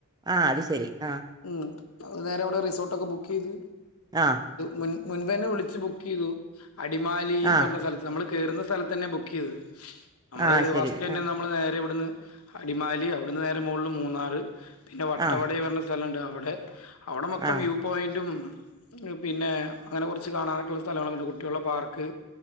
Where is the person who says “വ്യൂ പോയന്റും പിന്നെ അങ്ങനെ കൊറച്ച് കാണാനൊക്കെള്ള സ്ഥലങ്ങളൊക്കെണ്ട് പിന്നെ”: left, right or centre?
Left